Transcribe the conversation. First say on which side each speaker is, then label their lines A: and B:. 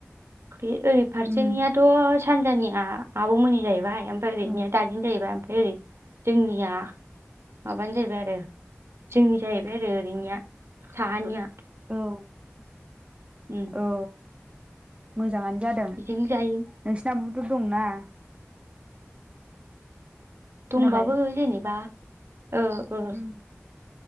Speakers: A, on the right; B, on the right.
A: बे ओरै फारसेनियाथ'
B: उम
A: सानजानिया आबमोननि जाहैबाय। ओमफ्राय ओरैनिया
B: औ
A: दादिनि जाहैबाय ओमफ्राय ओरै जोंनिया माबानि जाहैबाय आरो जोंनि जाहैबाय आरो ओरैनिया साहानिया।
B: औ
A: उम
B: औ मोजाङानो जादों।
A: बिदिनो जायो।
B: नोंसिनियाबुथ दंना।
A: दंबाबो
B: खोनाबाय
A: जेनेबा ओ ओ
B: उम